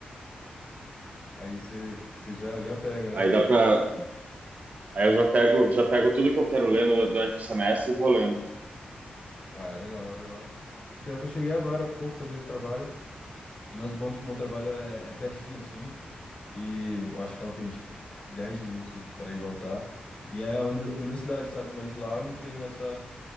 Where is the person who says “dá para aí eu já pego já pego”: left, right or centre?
Right